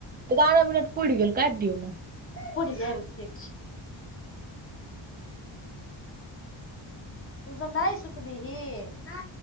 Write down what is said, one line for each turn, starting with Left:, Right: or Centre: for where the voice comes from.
Right: एगारह मिनट पूइड़ गेल काइट दिऔ ने
Left: पूइड़ गेल ठीक छै तू सब नहि सुतबीहीं